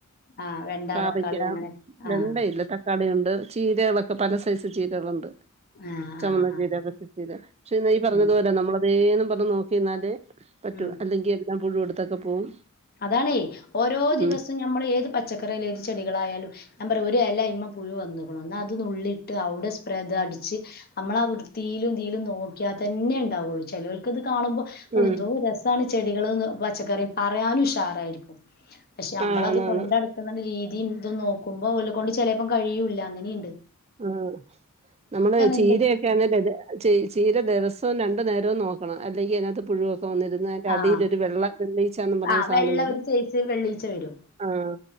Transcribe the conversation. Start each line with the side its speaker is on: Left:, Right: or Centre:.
Left: ആഹ് വെണ്ട,
Right: പാവ
Left: തക്കാളി അങ്ങനെയൊക്കെ ആഹ്
Right: വെണ്ടയില്ല തക്കാളിയിണ്ട് ചീരകളൊക്കെ പല സൈസ് ചീരകളുണ്ട്
Left: ആഹ്
Right: ചമന്ന
Left: ആഹ് ആഹ്
Right: ചീര പച്ച ചീരാ പക്ഷെ നീ പറഞ്ഞത്
Left: ഉം
Right: പോലെ നമ്മളതേന്ന് പറഞ്ഞ് നോക്കിന്നാല് പറ്റു
Left: ഉം.
Right: അല്ലെങ്കിൽ എല്ലാം പുഴു എടുത്തൊക്കെ പോവും
Left: അതാണേ ഓരോ ദിവസം
Right: ഉം
Left: ഞമ്മള് ഏത് പച്ചക്കറിയായാലു ഏത് ചെടികളായാലും ഞാൻ പറയാ ഒരു എലായ്മ പുഴു വന്ന്ക്കുണു എന്ന അത്നുള്ളിട്ട് അവിടെ സ്പ്രേ അത് അടിച്ച് അമ്മളാ വൃത്തിയിലും ഇതിലും നോക്കിയാ തന്നെ ഉണ്ടാവുള്ളു ചെലോൽക്ക് ഇത് കാണുമ്പോ ഔ
Right: ഉം
Left: എന്തോ രസാണ് ചെടികള്ന്ന് പച്ചക്കറിയും പറയാനും ഉഷാറായിരിക്കും പക്ഷെ അമ്മളത്
Right: ആഹ് ആന്നാന്ന്
Left: കൊണ്ടടക്കുന്ന രീതിയും ഇതും നോക്കുമ്പോ ഓലെക്കൊണ്ട് ചിലപ്പം കഴിയൂല്ല അങ്ങനെയിണ്ട്
Right: ആഹ് നമ്മള് ചീര
Left: എന്റെ
Right: ല്ല ചീര ദിവസവും രണ്ടു നേരവും നോക്കണം അല്ലെങ്കിൽ അതിനകത്ത് പുഴുവൊക്കെ വന്നിന്ന് അതിന്റെ
Left: ആഹ്
Right: അടിലൊരു വെള്ള എണ്ണിയിച്ചാന്ന് പറഞ്ഞൊരു
Left: ആഹ്
Right: സാധനം
Left: വെള്ള
Right: വരും
Left: ഒരു സൈസ് വെള്ളീച്ച വരും
Right: ആഹ്